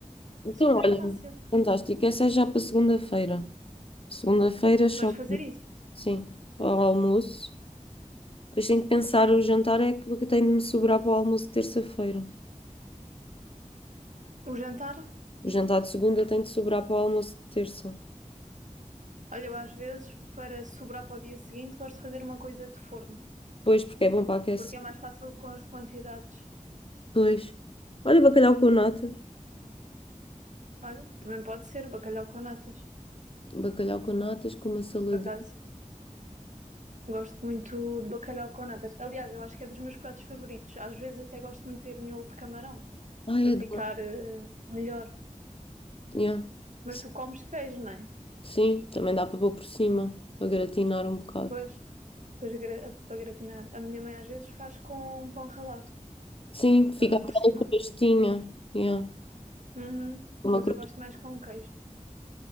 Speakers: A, on the left; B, on the right.
A: Então,
B: Super
A: olha,
B: fácil.
A: fantástico. Essa é já para segunda-feira. Segunda-feira, choque.
B: Vais fazer isto.
A: Sim, ao almoço. Depois tenho que pensar, o jantar é que tem de me sobrar para o almoço de terça-feira.
B: O jantar,
A: O jantar de segunda tem de sobrar para o almoço de terça.
B: olha, eu às vezes, para sobrar para o dia seguinte, gosto de fazer uma coisa de forno.
A: Pois, porque é bom para aquecer.
B: Porque é mais fácil com as quantidades.
A: Pois. Olha, bacalhau com natas.
B: Olha, também pode ser bacalhau com natas.
A: Bacalhau com natas, com uma saladinha.
B: Por acaso, gosto muito de bacalhau com natas. Aliás, eu acho que é dos meus pratos favoritos. Às vezes até gosto de meter miolo de camarão,
A: Ai,
B: para
A: adoro.
B: ficar eh, melhor.
A: Yeah.
B: Mas
A: S-
B: tu comes queijo, não é?
A: Sim, também dá para pôr por cima, para gratinar um bocado.
B: Pois, para gra- para gratinar. A minha mãe às vezes faz com pão ralado.
A: Sim, fica
B: também
A: aquela
B: por cima.
A: crostinha. Yeah.
B: Uhum.
A: Uma
B: Mas
A: crosta.
B: eu gosto mais com queijo.